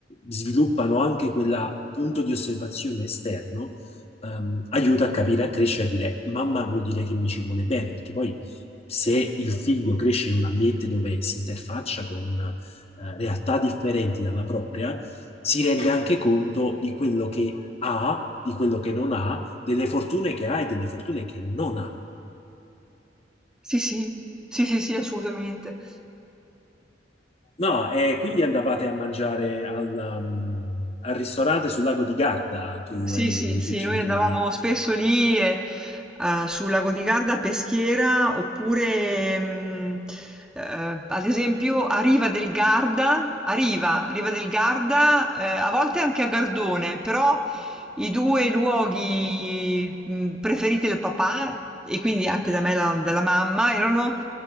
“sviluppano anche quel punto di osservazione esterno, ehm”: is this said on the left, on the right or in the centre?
Left